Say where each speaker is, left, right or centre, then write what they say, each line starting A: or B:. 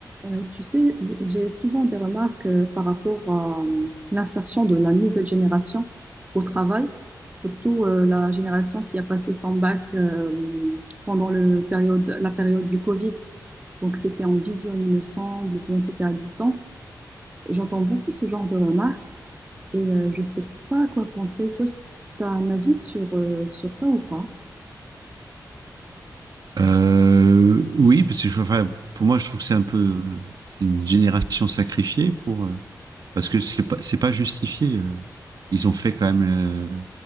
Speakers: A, on the right; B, on the right.
A: Euh, tu sais, j'ai souvent des remarques euh, par rapport à euh, l'insertion de la nouvelle génération au travail, surtout euh, la génération qui a passé son bac euh, pendant le période, la période du Covid. Donc c'était en vision, il me semble, ou bien c'était à distance. J'entends beaucoup ce genre de remarques et euh, je sais pas à quoi penser. Toi, tu as un avis sur, euh, sur ça ou pas?
B: Euh, oui, parce que je- enfin, pour moi, je trouve que c'est un peu, c'est une génération sacrifiée pour, euh, parce que c'est pas, c'est pas justifié. euh. Ils ont fait quand même euh,